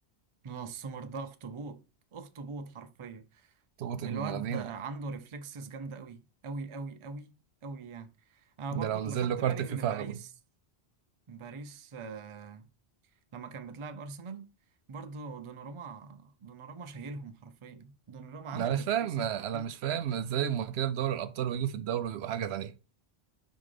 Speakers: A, on the right (about 35°); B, on the right (about 80°).
A: اه السمر ده اخطبوط اخطبوط حرفيا
B: تقطة
A: الواد
B: من الذين
A: ده عنده ريفلكسز جامدة قوي قوي قوي قوي قوي يعني انا برضو
B: ده لو
A: اللي
B: نزل
A: خدت
B: له
A: بالي
B: كارت
A: ان
B: فيفا
A: باريس
B: هاخده
A: باريس آه، لما كان بتلعب أرسنال برضه دوناروما دوناروما شايلهم حرفيا دوناروما عمل
B: انا مش
A: ريفلكسز
B: فاهم انا
A: وبتاع.
B: مش فاهم ازاي هما كده في دوري الابطال ويجوا في الدوري ويبقوا حاجه تانية